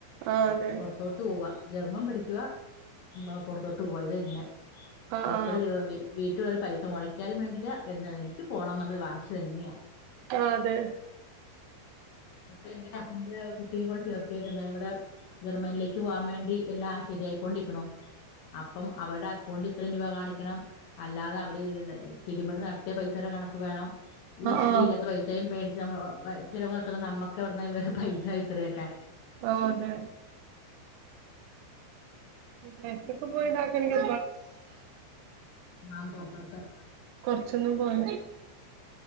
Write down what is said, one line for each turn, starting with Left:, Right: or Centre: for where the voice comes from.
Right: അതെ
Left: പുൊറത്തോട്ട് പോവാ! ജർമ്മം പിടിക്കുക പുറത്തോട്ട് പോയത് തന്നെ
Right: ആഹ് അതെ ആഹ് ആഹ്
Left: <unintelligible> എത്രരെ പൈസ മുടക്കിയാലും വേണ്ടില്ല. എനിക്ക് പോണമെന്നുളളത് വാശി തന്നെയാ!
Right: ആ അതെ!
Left: ഇപ്പൊ എന്റെ കസിന്റെ കുട്ടിയെ കൂടെ ചേർ ത്തേക്കുന്നെ. ഇവിടെ ജർമ്മനിലേക്ക് പോവാൻ വേണ്ടി എല്ലാ ശരിയായിക്കൊണ്ടിരിക്കണു! അപ്പം അവരുടെ അക്കൗണ്ടിൽ ഇത്രയും രൂപ കാണിക്ക അല്ലാതെ അവ? തിരുമറി നടത്തിയ പൈസയുടെ കണക്ക് വേണം. വിട്ട്ല്
Right: ആഹ് ആഹ്
Left: ല്ലാത്ത പൈസയും വെ <unintelligible> ഇത്രനമ്മുക്ക് എവിടന്ന് പൈസ ഇത്രയൊക്കെ?
Right: ആ അതെ! പ്ലസ് ടു ഒക്കെ പോയതാർന്നെ
Left: ആ പുറത്തോട്ട്
Right: കൊറച്ചൊന്നും പോരാ!